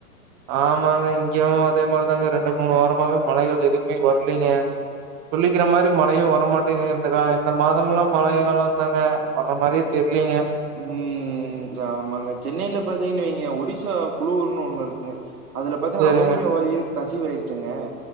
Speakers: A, on the right; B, on the right.
A: ஆமாக இங்கயு அதே மாரிதாங்க ரெண்டு மூனு வாரமாவே மழைகள் எதுவுமே வரலிங்க சொல்லிகிற மாரி மழையு வரமாடேங்குது இந்த கா இந்த மாதம்லா மழ கால தாங்க வர்ற மாரியே தெரிலிங்க
B: ம் சாமாங்க சென்னயில பாத்தீங்கனு வைங்க நீங்க ஒடிசா குலுனு ஒன்னு இருக்குங்க அதுல பாத்தீங்கனா
A: சேரிங்க
B: அமேனியா வாயு கசிவாயிரிசிங்க